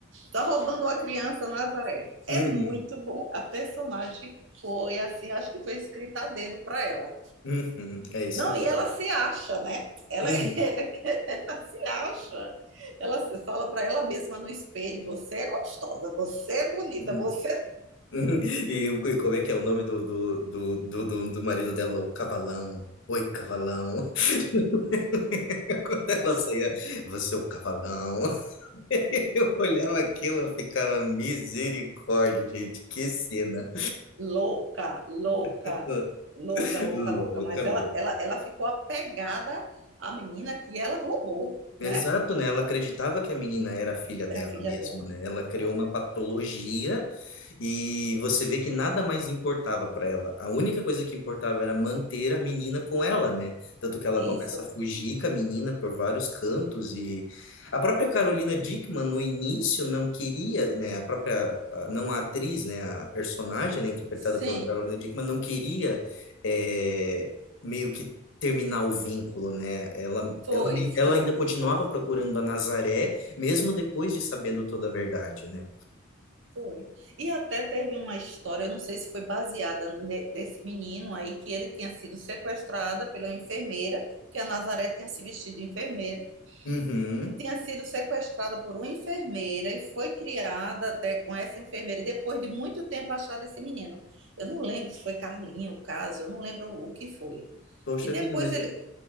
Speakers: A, on the right; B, on the left.
A: Tá roubando a criança Nazaré. É
B: Uhum,
A: muito bom. A personagem foi assim, acho que foi escrita a dedo para ela.
B: uhum, é isso
A: Não,
B: mesmo.
A: e ela se acha, né? Ela,
B: Uhum,
A: <laughs> é, ela se acha. Ela se fala para ela mesma no espelho: você é gostosa, você é bonita,
B: uhum,
A: você
B: <laughs> uhum. E, e como é que é o nome do, do, do, do, do do marido dela? O Cavalão. Oi, Cavalão. <laughs> Quando ela saía, você é o cavalão. <laughs> Eu olhava aquilo, eu ficava misericórdia, gente, que cena.
A: louca, louca,
B: <laughs>
A: louca, louca, louca.
B: Louca,
A: Mas
B: louca.
A: ela, ela, ela ficou apegada à menina que ela roubou, né?
B: Exato, né? Ela acreditava que a menina era a filha dela
A: Era filha
B: mesmo,
A: dela,
B: né? Ela criou
A: ela creu.
B: uma patologia e você vê que nada mais importava para ela. A única coisa que importava era manter a menina com ela, né? Tanto que ela
A: Isso,
B: começa a fugir com a menina por vários cantos e a própria Carolina Dickman no início não queria, né? A própria, a- não a atriz, né? A personagem, né? Interpretada
A: sim,
B: pela Carolina Dickman não queria, eh, meio que terminar o vínculo, né? Ela,
A: foi,
B: ela, me- ela
A: foi,
B: ainda continuava
A: foi, foi.
B: procurando a Nazaré, mesmo depois de sabendo toda a verdade, né?
A: Foi. E até teve uma história, eu não sei se foi baseada ne- desse menino aí, que ele tinha sido sequestrado pela enfermeira, porque a Nazaré tinha se vestido de enfermeira,
B: Uhum.
A: que tinha sido sequestrada por uma enfermeira e foi criada até com essa enfermeira, e depois de muito tempo acharam esse menino. Eu não lembro se foi Carlinho o caso, eu não lembro o que foi.
B: Poxa
A: E depois
B: vida, mas
A: ele,
B: eu